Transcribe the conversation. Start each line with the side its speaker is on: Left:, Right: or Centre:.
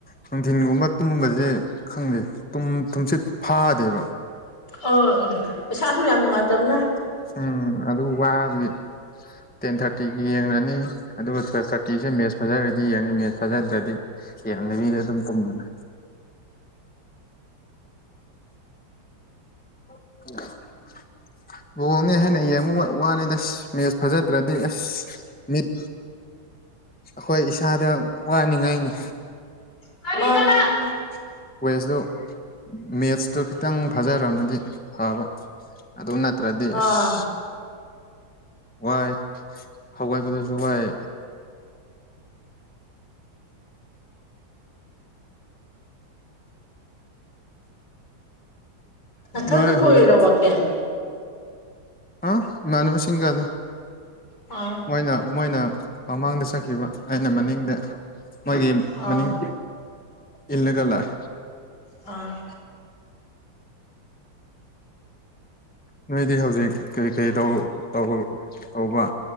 Centre: ꯅꯨꯡꯊꯤꯟꯒꯨꯝꯕ ꯇꯨꯝꯕꯖꯦ ꯈꯪꯗꯦ ꯇꯨꯝ ꯇꯨꯝꯁꯤꯠ ꯐꯥꯗꯦꯕ
Left: ꯑꯣ ꯑꯦ ꯏꯁꯥꯁꯨ ꯌꯥꯝ ꯅꯨꯡꯉꯥꯏꯇꯝꯅꯦ
Centre: ꯎꯝ ꯑꯗꯨ ꯋꯥꯕꯒꯤ ꯇꯦꯟ ꯊꯥꯔꯇꯤꯒꯤ ꯌꯦꯡꯔꯅꯤ ꯑꯗꯨꯒ ꯇꯨꯋꯦꯜꯞ ꯊꯥꯔꯇꯤꯖꯦ ꯃꯦꯁ ꯐꯖꯔꯗꯤ ꯌꯦꯡꯅꯤ ꯃꯦꯁ ꯐꯖꯗ꯭ꯔꯗꯤ ꯌꯦꯡꯗꯕꯤꯗ ꯑꯗꯨꯝ ꯇꯨꯝꯃꯅꯤ <unintelligible> ꯕꯣꯜꯅꯦ ꯍꯥꯏꯅ ꯌꯦꯡꯃ ꯋꯥ ꯋꯥꯅꯤꯗꯁ ꯃꯦꯁ ꯐꯖꯗ꯭ꯔꯗꯤ ꯑꯁ ꯃꯤꯠ ꯑꯈꯣꯏ ꯏꯁꯥꯗ ꯋꯥꯅꯤꯉꯥꯏꯅꯤ
Left: <unintelligible>
Centre: ꯋꯦꯁꯗꯨ ꯃꯦꯠꯁꯇꯨ ꯈꯤꯇꯪ ꯐꯥꯖꯔꯝꯃꯗꯤ ꯐꯕ ꯑꯗꯨ ꯅꯠꯇꯔꯗꯤ
Left: ꯑꯥ
Centre: ꯑꯁ ꯋꯥꯏ ꯍꯧꯒꯠꯕꯗꯁꯨ ꯋꯥꯏ
Left: ꯅꯊꯟꯗ
Centre: ꯅꯣꯏ
Left: ꯊꯣꯏꯔꯣ
Centre: ꯍꯧꯖꯤꯛ
Left: ꯋꯥꯀꯤꯡ
Centre: ꯑ ꯏꯃꯥꯟꯅꯕꯁꯤꯡꯒꯅꯦ
Left: ꯑꯥ
Centre: ꯃꯣꯏꯅ ꯃꯣꯏꯅ ꯃꯃꯥꯡꯗ ꯆꯈꯤꯕ ꯑꯩꯅ ꯃꯅꯤꯡꯗ ꯃꯥꯒꯤ
Left: ꯑꯥ
Centre: ꯃꯅꯤꯡ ꯏꯜꯂꯒ ꯂꯥꯑꯦ
Left: ꯑꯥ
Centre: ꯅꯣꯏꯗꯤ ꯍꯧꯖꯤꯛ ꯀꯔꯤꯀꯩ ꯇꯧ ꯇꯧ ꯇꯧꯕ